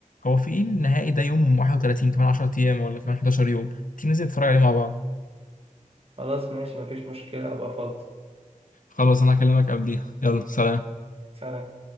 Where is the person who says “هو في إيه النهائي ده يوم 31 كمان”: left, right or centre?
Left